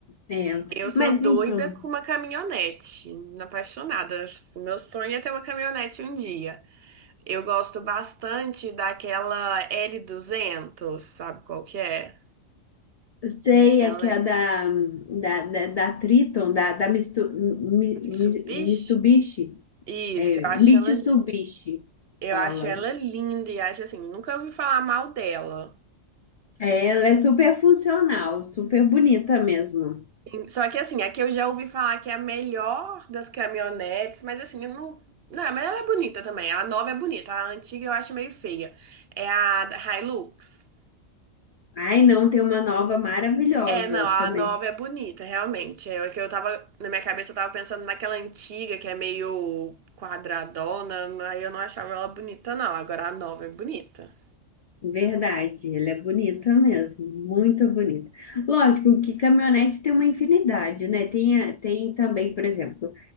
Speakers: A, on the left; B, on the right.
A: é.
B: Eu sou
A: Mas
B: doida
A: então,
B: com uma caminhonete, apaixonada. Meu sonho é ter uma caminhonete um dia. Eu gosto bastante daquela L200, sabe qual que é?
A: sei
B: Ela
A: é que
B: é
A: é da da, da, da Triton, da, da Mistu, Mi-
B: Mitsubishi?
A: Mi- Mitsubishi,
B: Isso,
A: é,
B: eu acho
A: Mitsubishi,
B: ela, eu
A: fala.
B: acho ela linda e acho assim, nunca ouvi falar mal dela.
A: É, ela é super funcional, super bonita mesmo.
B: Só que assim, aqui eu já ouvi falar que é a melhor das caminhonetes, mas assim, eu não. Não, mas ela é bonita também. A nova é bonita, a antiga eu acho meio feia. É a Hilux.
A: Ai, não, tem uma nova maravilhosa
B: É, não, a
A: também.
B: nova é bonita, realmente. É o que eu tava, na minha cabeça eu tava pensando naquela antiga que é meio quadradona, aí eu não achava ela bonita, não. Agora a nova é bonita.
A: Verdade, ela é bonita mesmo, muito bonita. Lógico que caminhonete tem uma infinidade, né? Tem, a- tem também, por exemplo,